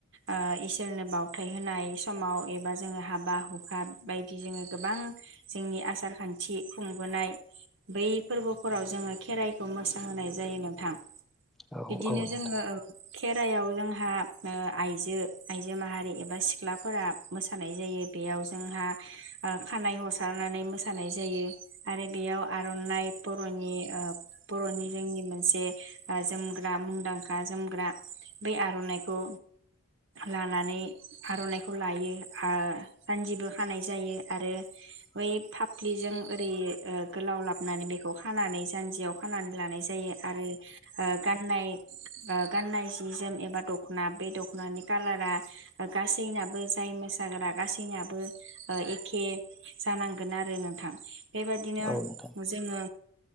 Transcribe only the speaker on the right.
ओ इसोरनो बाउथाय होनाय समाव बा जोङो हाबा हुखा बायदि जोङो गोबां जोंनि आसार खान्थि खुंबोनाय बै फोरबोफोराव जोङो खेराइखौ मोसाहोनाय जायो नोंथां।
बिदिनो
जोङो औ। खेराइयाव जोंहा ओ आइजो आइजो माहारि एबा सिख्लाफोरा मोसानाय जायो बेयाव जोंहा ओ खानाइ हसारनानै मोसानाय जायो आरो बेयाव आर'नाइ बर'नि ओ बर'नि जोंनि मोनसे ओ जोमग्रा मुंदांखा जोमग्रा बै आर'नाइखौ लानानै आर'नाइखौ लायो। हो जान्जिबो खानाय जायो आरो बै फाफ्लिजों ओरै ओ गोलाव लाबोनानै बेखौ खानानै जान्जियाव खानानै लानाय जायो आरो ओ गाननाय ओ गाननाय जि जोम एबा दखना बे दखनानि कालारा गासैनाबो जाय मोसा साग्रा गासैनियाबो ओ एखे जानांगोन आरो नोंथां। बेबादिनो
जोङो